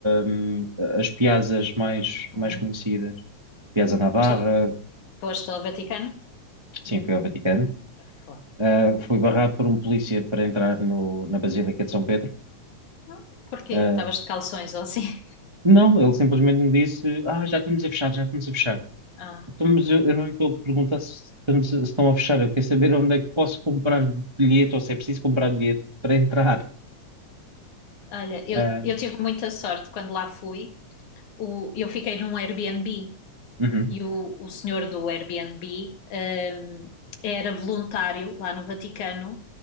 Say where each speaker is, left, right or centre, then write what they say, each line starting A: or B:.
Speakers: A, on the right (about 20°); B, on the left (about 75°).
A: um, as piazzas mais,
B: Uhum.
A: mais conhecidas. Piazza Navarra,
B: Foste ao, foste ao Vaticano?
A: sim, fui ao Vaticano.
B: Claro.
A: Uh, fui barrado por um polícia para entrar no- na Basílica de São Pedro.
B: Não? Porquê?
A: Uh,
B: Estavas de calções ou assim? <laughs>
A: não, ele simplesmente me disse: Ah, já estamos a fechar, já estamos a fechar.
B: Ah,
A: Então, mas eu, eu não lhe estou a perguntar se, estamos- se estão a fechar. Eu quero saber onde é que posso comprar bilhete ou se é preciso comprar bilhete para entrar.
B: olha, eu,
A: Ah,
B: eu tive muita sorte quando lá fui. O, eu fiquei num Airbnb
A: uhum,
B: e o, o senhor do Airbnb hum, era voluntário lá no Vaticano.